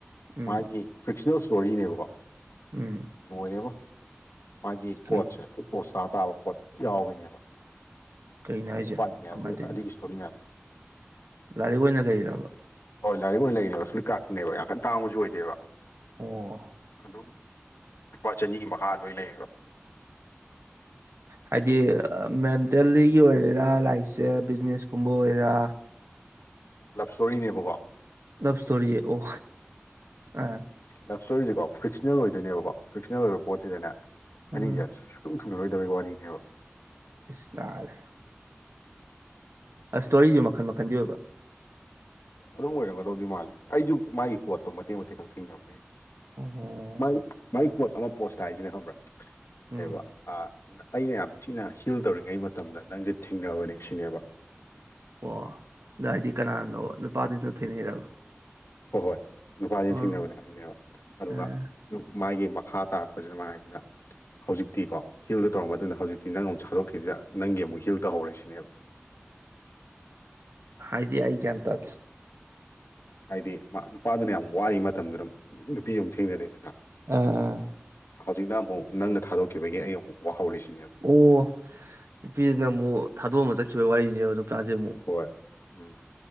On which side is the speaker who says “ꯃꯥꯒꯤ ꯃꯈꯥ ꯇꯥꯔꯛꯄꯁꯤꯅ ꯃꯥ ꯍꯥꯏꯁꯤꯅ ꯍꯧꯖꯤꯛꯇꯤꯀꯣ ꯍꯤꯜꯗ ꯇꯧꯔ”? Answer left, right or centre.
Left